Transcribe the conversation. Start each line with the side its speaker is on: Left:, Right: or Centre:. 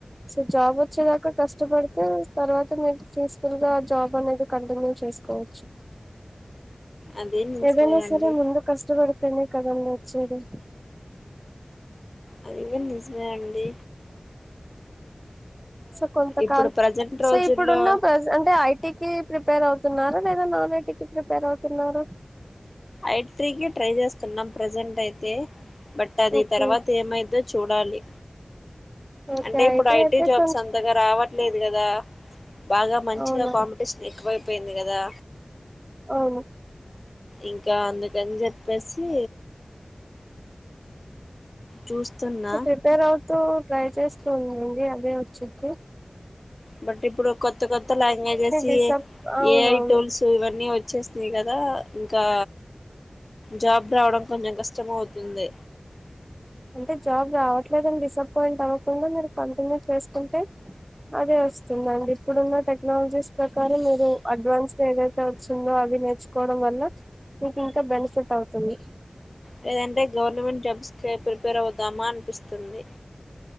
Right: సో జాబ్ వచ్చేదాకా కష్టపడితే తర్వాత మీరు పీస్ఫుల్ గా జాబ్ అనేది కంటిన్యూ చేస్త తీసుకొచ్చు
Left: అది నిజమేనండి
Right: ఏదనా సరే ముందు కష్టపడితేనే కదండి వచ్చేది
Left: అది కూడా నిజమే అండి
Right: సో కొంతకాలం
Left: ఇప్పుడు ప్రజెంట్ రోజుల్లో
Right: సో ఇప్పుడున్న ప్ర అంటే ఐటీకి ప్రిప ప్రిపేర్ అవుతున్నారా లేదా నా నైటీ కి ప్రిపేర్ అవుతున్నారా
Left: ఐటీ కి ట్రై చేస్తున్నాం ప్రజెంట్ అయితే బట్ అది
Right: ఓకే
Left: తర్వాత ఏమైందో చూడాలి
Right: ఓకే
Left: అంటే ఇప్పుడు ఐటీ
Right: అయితే
Left: జాబ్స్
Right: కొంచెం
Left: అంతగా రావట్ ట్లేదు కదా బాగా మంచిగా
Right: అవునా
Left: కాంపిటేషన్ ఎక్కువైపోయింది కదా
Right: అవును
Left: ఇంకా అందుకని చెప్పేసి చూస్తున్నా
Right: సో ప్రిపేర్ అవుతూ ట్రై చేస్తూ ఉందండి అదే వోచిద్ది
Left: బట్ ఇప్పుడు కొత్త కొత్త లాంగ్వేజెస్
Right: డిసప్ అవునవును
Left: ఏఐ టూల్స్ ఇవన్నీ వ వచ్చేసినాయి కదా ఇంకా జాబ్ రావడం కొంచెం కష్టం అవుతుంది
Right: అంటే జాబ్ రావట్లేదని డిసప్పయింట్ అవ్వకుండా మీరు కంటిన్యూ చేసుకుంటే అదే వస్తుందండి ఇప్పుడున్న టెక్నాలజీస్ ప్రకారం మీరు అడ్వాన్స్ ఏదైతే వచ్చిందో అవి నేర్చుకోవడం వల్ల మీకు ఇంకా బెనిఫిట్ అవుతుంది
Left: లేదంటే గవర్నమెంట్ జాబ్స్కే ప్రిపేర్ అవుదామా అనిపిస్తుంది